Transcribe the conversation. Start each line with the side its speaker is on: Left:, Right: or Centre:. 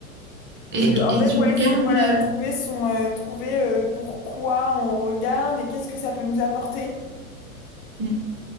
Right: Et,
Left: Je, en
Right: et
Left: fait,
Right: tu
Left: ouais,
Right: regardes.
Left: c'est voilà,
Right: euh,
Left: trouver son, euh, trouver euh, pourquoi on regarde et qu'est-ce que ça peut nous apporter.
Right: mm.